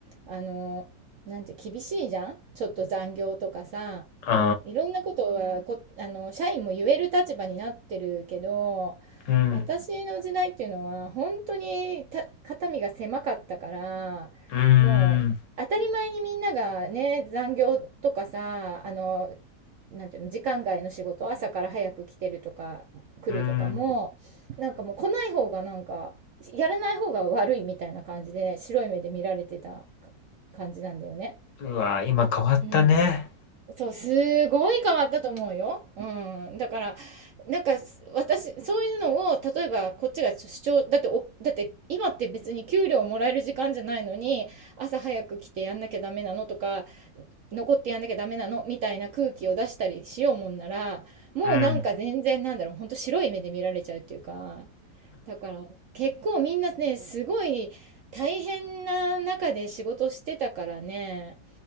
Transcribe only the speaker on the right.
あの、なんて、厳しいじゃんちょっと残業とかさ。
いろんなことはこ、あの、社員も言える立場になってるけど、
私の時代っていうのは、本当にた、肩身が狭かったから、
もう、
当たり前にみんながね、残業とかさ、あの、なんていうの、時間外の仕事、朝から早く来てるとか、来るとかも、
なんかもう来ない方がなんか、やらない方が悪いみたいな感じで、白い目で見られてたか感じなんだよね。
うん。そう、すごい変わったと思うよ。うん。だから、なんか、す私、そういうのを、例えば、こっちが主張、だってお、だって、今って別に給料もらえる時間じゃないのに、朝早く来てやんなきゃダメなのとか、残ってやんなきゃダメなのみたいな空気を出したりしようもんなら、もうなんか全然なんだろう、
ほんと白い目で見られちゃうっていうか、だから結構みんなね、すごい大変な中で仕事してたからね、